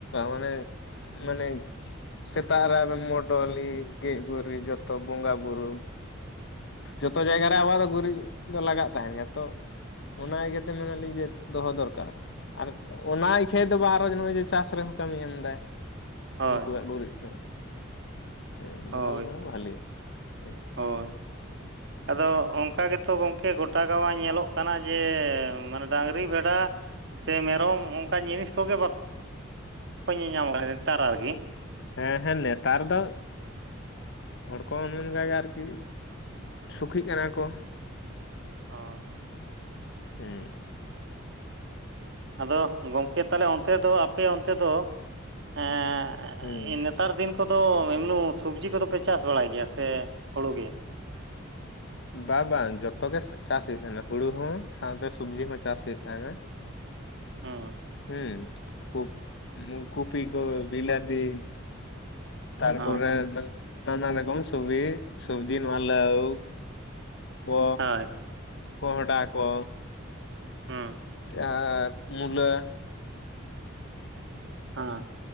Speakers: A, on the left (about 60°); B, on the right (about 60°).
A: ᱢᱟᱱᱮ ᱢᱟᱱᱮ ᱥᱮᱛᱟᱜ ᱨᱮ ᱟᱨᱦᱚ ᱢᱚᱰᱚᱞᱤ ᱜᱮᱢ-ᱜᱩᱨᱤᱢ ᱡᱷᱚᱛᱚ ᱵᱚᱸᱜᱟ ᱵᱩᱨᱩ᱾ ᱡᱷᱚᱛᱚ ᱡᱟᱭᱜᱟᱟ ᱨᱮ ᱟᱵᱚᱣᱟᱜ ᱫᱚ ᱜᱩᱨᱤᱡ ᱫᱚ ᱞᱟᱜᱟᱜ ᱛᱟᱸᱦᱮᱱ ᱜᱮᱭᱟ ᱛᱚ᱾ ᱚᱱᱟ ᱤᱭᱟᱹᱛᱮ ᱢᱮᱱᱟᱞᱤᱧ ᱡᱮ ᱫᱚᱦᱚ ᱫᱚᱨᱠᱟᱨ, ᱟᱨ ᱚᱱᱟ ᱤᱠᱷᱟᱹᱢ ᱫᱚ ᱟᱨᱚ ᱱᱚᱜᱼᱚᱭ ᱡᱮ ᱪᱟᱥ ᱨᱮᱦᱚᱸ ᱠᱟᱹᱢᱤᱭ ᱮᱢᱫᱟᱭ᱾
B: ᱦᱳᱭ
A: ᱩᱱᱠᱩᱣᱟᱜ ᱜᱩᱨᱤᱡ ᱫᱚ, ᱦᱮᱸ
B: ᱦᱳᱭ
A: ᱫᱚᱦᱚ ᱞᱮᱠᱷᱟᱱ ᱵᱷᱟᱞᱮ ᱦᱮᱸ᱾
B: ᱦᱳᱭ ᱟᱫᱚ ᱚᱱᱠᱟ ᱜᱮᱛᱚ ᱜᱚᱢᱠᱮ ᱜᱳᱴᱟ ᱜᱟᱶ ᱧᱮᱞᱚᱜ ᱠᱟᱱᱟ ᱡᱮ ᱢᱟᱱᱮ ᱰᱟᱝᱨᱤ ᱵᱷᱮᱰᱟ, ᱥᱮ ᱢᱮᱨᱚᱢ ᱚᱱᱠᱟᱱ ᱡᱤᱱᱤᱥ ᱠᱚᱜᱮ ᱵᱟᱠᱚ ᱧᱮᱞᱧᱟᱢ ᱠᱟᱱᱟ ᱱᱮᱛᱟᱨ ᱟᱨᱠᱤ᱾
A: ᱦᱮᱸ ᱦᱮᱸ ᱱᱮᱛᱟᱨ ᱫᱚ, ᱦᱚᱲ ᱠᱚ ᱚᱱᱮ ᱚᱱᱠᱟ ᱜᱮ ᱟᱨᱠᱤ ᱥᱩᱠᱷᱤᱜ ᱠᱟᱱᱟ ᱠᱚ᱾
B: ᱦᱚᱸ
A: ᱦᱮᱸ
B: ᱟᱫᱚ ᱜᱚᱢᱠᱮ ᱛᱟᱦᱚᱞᱮ ᱚᱱᱛᱮ ᱫᱚ ᱟᱯᱮ ᱚᱱᱛᱮ ᱫᱚ, ᱮ
A: ᱦᱮᱸ
B: ᱮᱸ ᱱᱮᱛᱟᱨ ᱫᱤᱱ ᱠᱚᱫᱚ ᱮᱢᱱᱩ ᱥᱚᱵᱽᱡᱤ ᱠᱚᱫᱚᱯᱮ ᱪᱟᱥ ᱵᱟᱲᱟᱭ ᱜᱮᱭᱟ ᱥᱮ ᱦᱩᱲᱩ ᱜᱮ?
A: ᱵᱟ ᱵᱟᱝ ᱡᱷᱚᱛᱚ ᱜᱮ ᱪᱟᱥ ᱦᱩᱭᱩᱜ ᱛᱟᱦᱮᱱᱟ ᱦᱩᱲᱩ ᱦᱚᱸ ᱥᱟᱶᱛᱮ ᱥᱚᱵᱽᱡᱤ ᱦᱚᱸ ᱪᱟᱥ ᱦᱩᱭᱩᱜ ᱛᱟᱭᱱᱟ
B: ᱦᱩᱸ
A: ᱦᱩᱸ ᱠᱚᱯᱤ ᱠᱚ ᱵᱤᱞᱟᱹᱛᱤ ᱛᱟᱨᱯᱚᱨ
B: ᱦᱚᱸ
A: ᱱᱟᱱᱟ ᱨᱚᱠᱚᱢ ᱥᱚᱵᱤ ᱥᱚᱵᱽᱡᱤ ᱱᱚᱣᱟ ᱞᱟᱹᱣ ᱠᱚ
B: ᱦᱳᱭ
A: ᱠᱚᱸᱦᱰᱟ ᱠᱚ
B: ᱦᱚᱸ
A: ᱟᱨ ᱢᱩᱞᱟᱹ
B: ᱦᱟᱸ